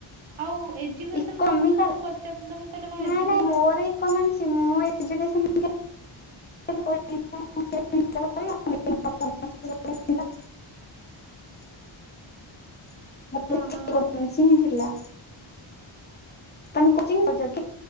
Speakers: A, on the right; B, on the left.
A: ଆଉ ଏଜୁକେସନ
B: ଏକୋନୋମିକ
A: କଣ କହୁଥିଲା ମୁଁ ପଚାରୁଥିଲି ତମକୁ କହିଲେ କଣ
B: ନାଇଁ
A: ଏଜୁକେସନ
B: ନାଇଁ ମୋର ଇକୋନୋମିକ୍ସ ମୁଁ ଏଜୁକେସନ୍ <unintelligible> <unintelligible>
A: ହଁ ହଁ
B: <unintelligible> ହିଁ ଥିଲା। <inaudible> ତମେ କୋଚିଂ ଯାଉଛ କି?